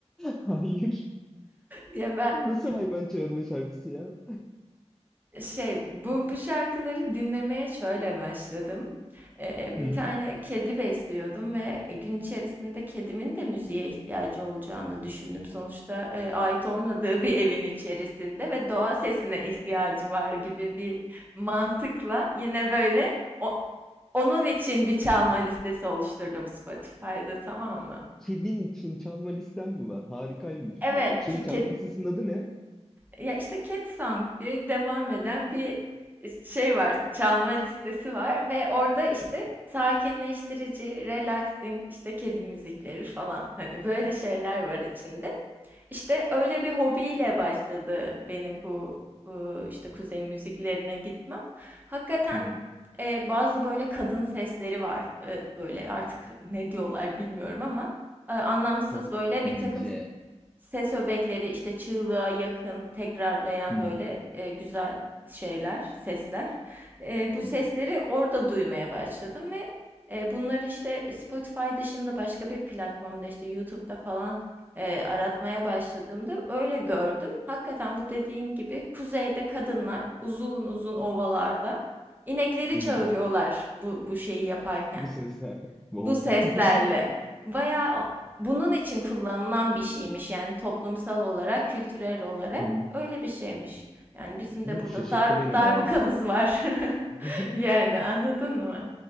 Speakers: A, in the centre; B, on the right.
A: Hayır.
B: Ya ben
A: Nasıl hayvan çağırma şarkısı ya?
B: Şey, bu, bu şarkıları dinlemeye şöyle başladım. Eee,
A: Hı
B: bir
A: hı.
B: tane kedi besliyordum ve e, gün içerisinde kedimin de müziğe ihtiyacı olacağını düşündüm. Sonuçta eee, ait olmadığı bir evin içerisinde ve doğa sesine ihtiyacı var gibi bir mantıkla yine böyle o- onun için bir çalma listesi oluşturdum Spotify'da tamam mı?
A: <laughs> Kedin için çalma listen mi var? Harikaymış
B: Evet,
A: bu. Şey
B: ki,
A: çalma listesinin adı ne?
B: Ya işte Cat Song diye devam eden bir e, şey var, çalma listesi var ve orada işte sakinleştirici, relaxing, işte kedi müzikleri falan hani böyle şeyler var içinde. İşte öyle bir hobiyle başladı benim bu ıı, işte kuzey müziklerine gitmem. Hakikaten
A: <laughs>
B: e, bazı böyle kadın sesleri var. E, böyle artık ne diyorlar bilmiyorum ama e, anlamsız
A: Çok
B: böyle
A: ince
B: bir takım Ses öbekleri işte çığlığa yakın tekrarlayan
A: Hı hı.
B: böyle e, güzel şeyler, sesler. E, bu sesleri
A: Hı hı.
B: orada duymaya başladım ve e, bunları işte Spotify dışında başka bir platformda işte YouTube'da falan e, aratmaya başladığımda öyle gördüm. Hakikaten bu dediğin gibi kuzeyde kadınlar uzun uzun ovalarda inekleri
A: Hı
B: çağırıyorlar
A: hı.
B: bu, bu şeyi yaparken.
A: Bu sesler. Wow.
B: Bu seslerle.
A: <laughs>
B: Bayağı o- bunun için kullanılan bir şeymiş yani toplumsal olarak, kültürel olarak
A: Hı hı.
B: öyle bir şeymiş. Yani bizim
A: Hı,
B: de burada
A: Şaşırttı
B: dar,
A: beni
B: darbukamız
A: bayağı bu.
B: var. <laughs>
A: <laughs>
B: Yani anladın mı?